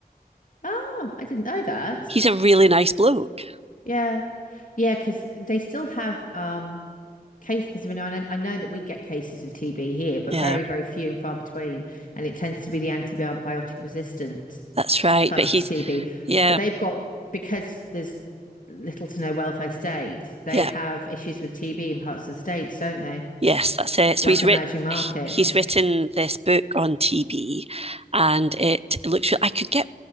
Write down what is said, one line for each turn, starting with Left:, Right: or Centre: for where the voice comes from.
Left: Oh, I didn't know that.
Right: He's a really nice bloke.
Left: Yeah. Yeah, because they still have um case because I know I know, I know that we get cases of TB here, but
Right: Yeah,
Left: very, very few and far between. And it tends to be the antibiotic resistant
Right: that's right.
Left: type
Right: But he's,
Left: of TB.
Right: yeah,
Left: But they've got because there's little to no welfare state, they
Right: yeah.
Left: have issues with TB in parts of the states, don't they?
Right: Yes, that's it. So
Left: Like
Right: he's
Left: emerging
Right: writ
Left: markets.
Right: he- he's written this book on TB, and it looks. I could get.